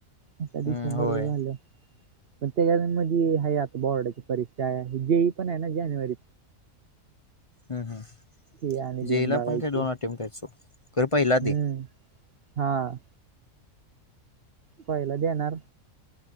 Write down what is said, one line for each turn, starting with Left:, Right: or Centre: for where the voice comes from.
Right: आता डिसेंबर
Left: हम्म होय
Right: ला झालं. पण त्याच्या म्हणजी हाय आता बोर्डाची परीक्षा आहे जीई पण आहे ना जानेवारी.
Left: हम् हम्
Right: ते आणि देऊन
Left: जीईला
Right: बघायची
Left: पण काय दोन अटेन्ट आहेत सोड खरं पहिला दे
Right: हम्म हा पहिला देणार.